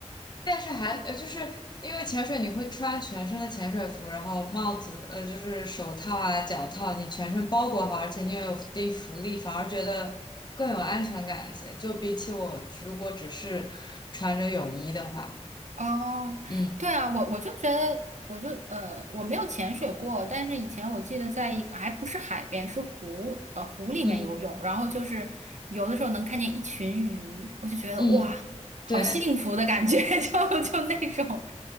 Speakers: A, on the left (about 35°); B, on the right (about 80°).
A: 但是还呃，就是因为潜水你会穿全身的潜水服，然后帽子呃，就是手套啊、脚套，你全身包裹好，而且你又有一定浮力，反而觉得更有安全感一些。就比起我如果只是穿着泳衣的话，
B: 哦，
A: 嗯
B: 对啊，我我就觉得，我就呃，我没有潜水过，但是以前我记得在一个还不是海边，是湖呃湖里面游泳，
A: 嗯
B: 然后就是游的时候能看见一群鱼，我就觉得哇，
A: 嗯，
B: 好幸福的感觉，
A: 对。
B: <laughs> 就就那种。